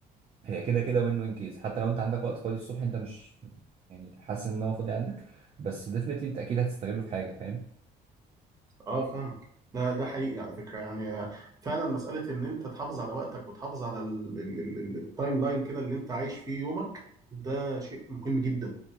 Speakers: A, on the right; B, on the right.
A: هي كده كده وين وين كيس حتى لو انت عندك وقت فاضي الصبح انت مش يعني حاسس ان هو فاضي عندك بس ديفنتلي انت اكيد هتستغله في حاجه فاهم
B: اه فاهمك ده ده حقيقي على فكره يعني فعلا مساله ان انت تحافظ على وقتك وتحافظ على ال- ال- ال- التايم لاين كده اللي انت عايش فيه يومك ده شيء مهم جدا